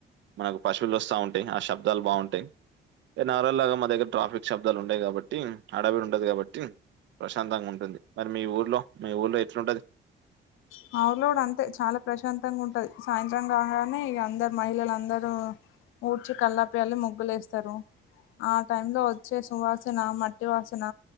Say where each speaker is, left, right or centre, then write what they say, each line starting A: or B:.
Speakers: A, on the right; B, on the left.
A: మనకు పశువులు వస్తా ఉంటాయి ఆ శబ్దాలు బాగుం టై నాగరల్ లాగా మా దగ్గర ట్రాఫిక్ శబ్దాలు ఉండయి కాబట్టి అడవిడి ఉండది కాబట్టి ప్రశాంతంగా ఉంటుంది మరి మీ ఊర్లో మీ ఊర్లో ఎట్లుంటది
B: మా ఊర్లో కూడా అంతే చాలా ప్రశాంతంగా ఉంటది సాయంత్రం రాంగానే అందరు మహిళలు అందరూ ఊడ్చి కల్లాపిజళ్ళి ముగ్గులెస్తారు ఆ టైమ్ లో వచ్చే సువాసన మట్టి వాసన